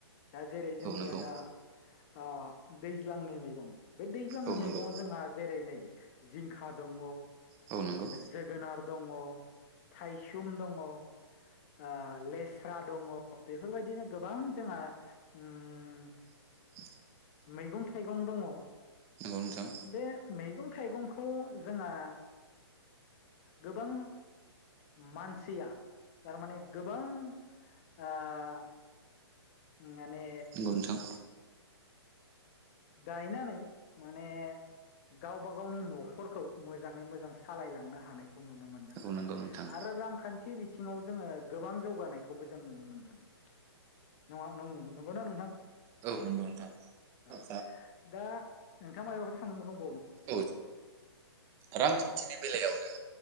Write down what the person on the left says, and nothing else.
दा जेरै जोंनिया
दा। ओ-दैज्लांनि मैगं। बे दैज्लांनि
मैगङाव जोंना। नै जिंखा दं।
जोगोनार दङ। थाइसुम दङ। आ लेस रा दङ बेफोरबायदिनो गोबां जोंहा ओम।
मैगं थाइगं दङ।
बे मैगं थाइगंखौ ज जोङो। गोबां। मानसिया। थारमाने गोबां। आ- माने।
गायनानै माने गावबा गावनि न'खरखौ मोजाङै मोजां सालायलांनो हानाय। खौ नुनो मोनदों
आरो
आरो रांखान्थि बिथिङाव जोङो गोबां जौगानाय। खौबो जों नुनो मोन्दों। नङा नों। नंगौना नोंथां?
औ दा नोंथाङा मायबाफोर सोंनो दं
नोंथां